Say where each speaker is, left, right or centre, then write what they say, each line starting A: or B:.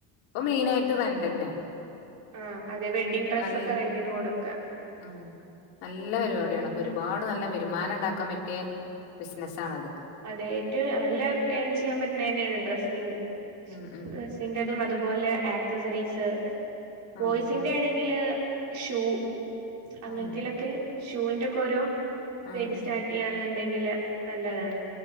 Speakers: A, on the left; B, on the right.
A: ഇപ്പൊ മെയിനയിട്ട് റെന്റന്നെ
B: ആ അതെ വെഡ്ഡിംഗ് ഡ്രസ്സ്
A: നൽ
B: ഒക്കെ റെന്റിന് കൊടുക്ക
A: ഉം നല്ല പരിപാടിയാണ്
B: അങ്ങനെ
A: ഇപ്പൊ ഒരുപാട് നല്ല വരുമാനം ഉണ്ടാക്കാൻ പറ്റിയ ബിസിനസ് ആണത്
B: അതെ ഏറ്റവും നല്ല ൺ ചെയ്യാൻ പറ്റുന്ന തന്നെയാണ് ഡ്രസ്സിങ്ങ്
A: ഉം ഉം
B: ഡ്രെസ്ന്റേതും അത് പോലെ ആക്‌സാസറീസ്
A: ആഹ്
B: ബോയ്സിന്റെ
A: ആഹ്
B: ആണെങ്കില് ഷൂ അങ്ങനത്തെലെക്കെ
A: ആഹ്
B: ഷൂവിന്റെ ഒക്കെ ഓരോ
A: ആഹ്
B: പേജ്
A: ആഹ്
B: സ്റ്റാർട്ട് ചെയ്യാണ് വെ ഉണ്ടെങ്കിൽ നല്ലതാണ്
A: ആഹ്